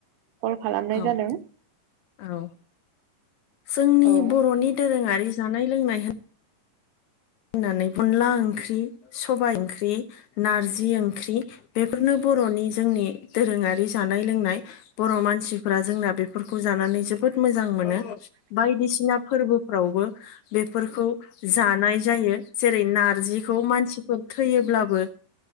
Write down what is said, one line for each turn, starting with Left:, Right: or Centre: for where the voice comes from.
Right: कल खालामनाय
Left: औ
Right: जादों।
Left: औ जोंनि
Right: औ
Left: बर'नि दोरोङारि जानाय लोंनाय होनानै अनला ओंख्रि सबाइ ओंख्रि, नारजि ओंख्रि, बेफोरनो बर'नि जोंनि दोरोङारि जानाय लोंनाय बर' मानसिफ्रा जोंना बेफोरखौ जानानै जोबोद जोबोद मोजां मोनो बायदिसिना फोरबोफ्रावबो बेफोरखौ जानाय जायो जेरै नारजिखौ मानसिफोर थैयोब्लाबो